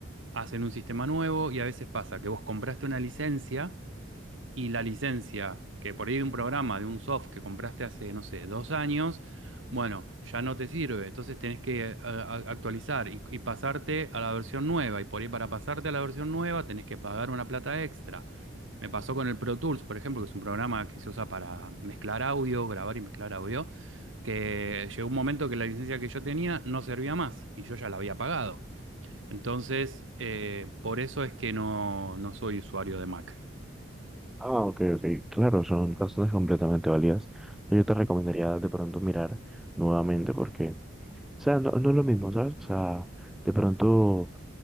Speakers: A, on the right; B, in the centre.
A: hacen un sistema nuevo y a veces pasa que vos compraste una licencia y la licencia, que por ahí de un programa, de un soft que compraste hace, no sé, dos años, bueno, ya no te sirve. Entonces tenés que eh, a- a- actualizar y, y pasarte a la versión nueva. Y por ahí para pasarte a la versión nueva tenés que pagar una plata extra. Me pasó con el Pro Tools, por ejemplo, que es un programa que se usa para mezclar audio, grabar y mezclar audio, que llegó un momento que la licencia que yo tenía no servía más y yo ya la había pagado. Entonces, eh, por eso es que no, no soy usuario de Mac.
B: Ah, ok, ok, claro, son razones completamente válidas. Yo te recomendaría de pronto mirar nuevamente porque, o sea, no, no es lo mismo, ¿sabes? O sea, de pronto